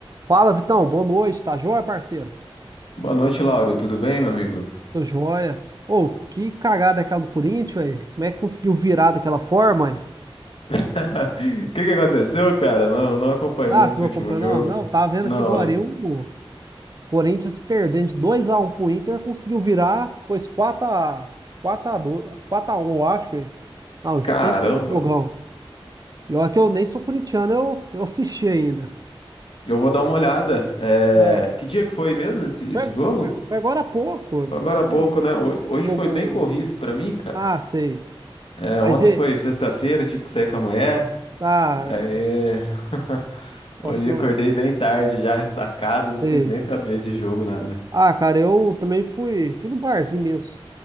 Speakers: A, on the right; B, on the left.
A: Fala, Vitão. Boa noite. Tá joia, parceiro?
B: Boa noite, Lauro. Tudo bem, meu amigo?
A: Tô joia. Ô, que cagada é aquela do Corinthians, velho. Como é que conseguiu virar daquela forma, ué?
B: <laughs> O que que aconteceu, cara? Não, não acompanhei
A: Ah, você
B: esse
A: não
B: último
A: acompanhou,
B: jogo.
A: não? Não, tava vendo
B: Não,
A: que agora
B: é-
A: eu, o Corinthians perdendo de dois a um pro Inter, conseguiu virar, pois 4x, 4x2, 4x1, eu acho, ué. Não,
B: caramba.
A: pensa no jogão. E olha que eu nem sou corintiano, eu, eu assisti ainda.
B: Eu vou dar uma olhada. É,
A: Não,
B: Que dia que foi mesmo esse, esse
A: foi,
B: jogo?
A: foi- foi agora há pouco.
B: Foi agora
A: Acho
B: há
A: que
B: pouco, né? Ho- Hoje
A: jogo.
B: foi bem corrido pra mim, cara.
A: Ah, sei.
B: É,
A: Mas
B: ontem
A: e.
B: foi sexta-feira, tive que sair com a mulher.
A: Ah,
B: Aí...
A: é.
B: <laughs>
A: Nossa,
B: Hoje
A: eu,
B: acordei bem tarde, já ressacado, não
A: Sei.
B: quis nem saber de jogo, nada.
A: Ah, cara, eu também fui, fui no barzinho mesmo.